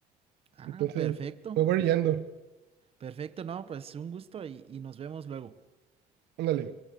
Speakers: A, on the right; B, on the right.
A: Ah,
B: Entonces,
A: perfecto.
B: me voy yendo.
A: Perfecto, no, pues un gusto y, y nos vemos luego.
B: Ándale.